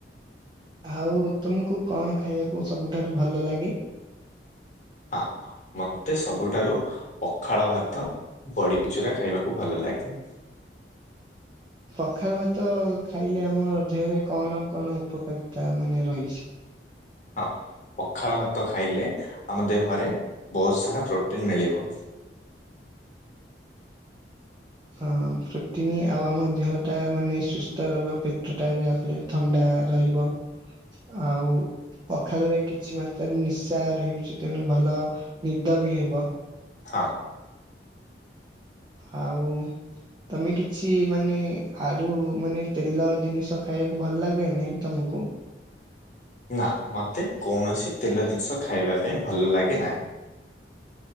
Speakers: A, on the right; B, on the left.
A: ଆଉ ତମକୁ କଣ ଖାଇବାକୁ ସବୁଠାରୁ ଭଲ ଲାଗେ?
B: ଆ ମତେ ସବୁଠାରୁ ପଖାଳ ଭାତ ବଡିଚୁରା ଖାଇବାକୁ ଭଲ ଲାଗେ।
A: ପଖାଳ ଭାତ ଖାଇଲେ ଆମ ଦେହରେ କଣ କଣ ଉପକାରିତା ମାନେ ରହିଛି?
B: ହଁ। ପଖାଳ ଭାତ ଖାଇଲେ ଆମ ଦେହରେ ବୋହୁତ ସାରା ପ୍ରୋଟିନ୍ ମିଳିବ।
A: ହଁ ପ୍ରୋଟିନ ଆଉ ଆମ ଦେହ ଟା ମାନେ ସୁସ୍ଥ ରହିବ ପେଟ ଟା ଯାହାଫଳରେ ଥଣ୍ଡା ରହିବ ଆଉ ପଖାଳରେ କିଛି ମାତ୍ରାରେ ନିଶା ରହୁଛି ତେଣୁ ଭଲ ନିଦ ବି ହେବ।
B: ହଁ।
A: ଆଉ ତମେ କିଛି ମାନେ ଆଡୁ ମାନେ ତେଲ ଦିନିଷ ଖାଇବାକୁ ଭଲ ଲାଗେନି ତମକୁ?
B: ନା ମୋତେ କୌଣସି ତେଲ ଜିନିଷ ଖାଇବା ପାଇଁ ଭଲ ଲାଗେ ନାହିଁ।